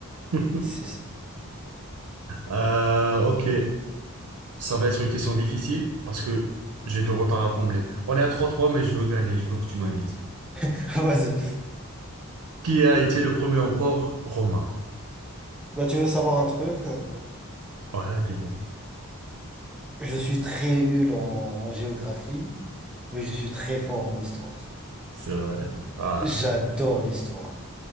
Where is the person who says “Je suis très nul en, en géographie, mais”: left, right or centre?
Centre